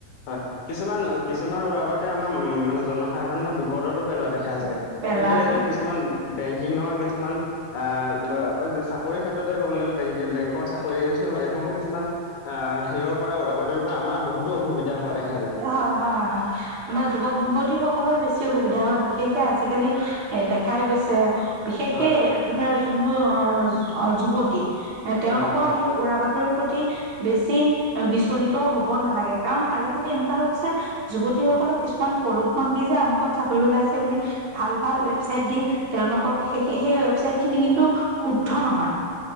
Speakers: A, on the left; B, on the right.
A: হয় কিছুমান কিছুমান ওৰা আমাৰ উম মানে জনসাধাৰণৰ বিপদতো পেলোৱা দেখা যায়
B: পেলা
A: সেইটোৱে এইটো
B: যে
A: কিছুমান। বেংকিঙৰ কিছুমান। আহ চাকৰি ক্ষেত্ৰতে ক'বলৈ গলে বেংকৰ চাকৰি এইসমূহ কিছুমান। অ, হিৰৰ পৰা উৰা বাতৰি পৰা আমাৰ বহুতো অসুবিধা হোৱা দেখে,
B: হয় হয় হয় তোমাৰ যুৱক যুৱতী হওক সকলৰ বেছি অসুবিধা হয় বিশেষকে আজিকালি এ দেখাই গৈছে বিশেষকে
A: হয়
B: ত যোনবোৰ অ অ যুৱতী এ তেওঁলোকৰ
A: হয় হয়
B: সেই উৰা বাতৰিৰ প্ৰতি বেছি বিচলিত হব নালাগে কাৰণ আজিকালি এনেকুৱা হৈছে। যুৱতীসকলক কিছুমান প্ৰলোভন দি যে আমুকত চাকৰি ওলাইছে বুলি ভাল ভাল ৱেবচাইট দি তেওঁলোকক সেই সেই ৱেবচাইট খিনি কিন্তু শুদ্ধ নহয়।